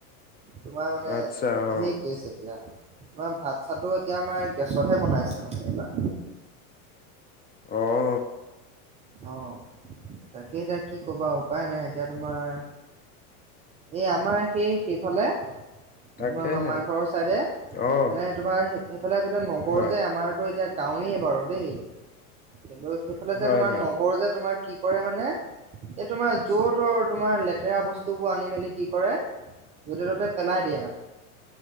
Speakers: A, on the right; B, on the left.
A: তোমাৰ মানে
B: আচ্ছা অ'
A: ঢেৰ কছে এতিয়া তোমাৰ ভাত চাত এতিয়া আমাৰ গেছতহে বনাই আছে মানে। এইবাৰ
B: অ
A: অ তাকে এতিয়া কি ক'বা উপায় নাই এতিয়া তোমাৰ এই আমাৰ সেই সেইফালে তোমাৰ
B: তাকেহে
A: মামাৰ ঘৰৰ ছাইডে মানে
B: অ'
A: তোমাৰ সেইফালে গোটেই নগৰ
B: হয়
A: যে আমাৰতো এতিয়া গাঁৱেই বাৰু দেই কিন্তু সেইফালে যে
B: হয়
A: তোমাৰ
B: হয়
A: নগৰ যে তোমাৰ কি কৰে মানে এই তোমাৰ যৰ- তৰ তোমাৰ লেতেৰা বস্তুবোৰ আনি মেলি কি কৰে য'তে ত'তে পেলাই দিয়ে মানে